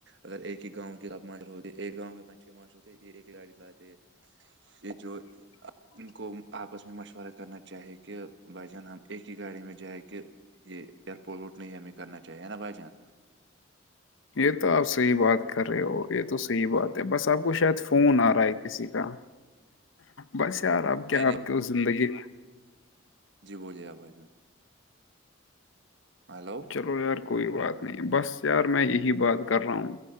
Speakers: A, on the right; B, on the left.
A: اگر ایک ہی گاؤں کی آب ماہر ہوتی یہ ایک گاؤں میں پانچ چھ ماس ہوتے یہ ایک ایک گاڑی لاتے یہ جو
B: <inaudible>
A: ان کو آپس میں مشورہ کرنا چاہی کہ بھائی جان ہم ایک ہی گاڑی میں جائ کے یہ ایئر پولوٹ نہیں ہمیں کرنا چاہیے نا بھائی جان
B: یہ تو آپ صحیح بات کر رہے ہو یہ تو صحیح بات ہے بس آپ کو شاید فون آ رہا ہے کسی کا بس یار آپ
A: نہیں
B: کیا
A: نہیں
B: آپ کے زندگی
A: جی بولیے آپ بائیان ہیلو
B: و یار کوئی بات نہیں بس یار میں یہی بات کر رہا ہوں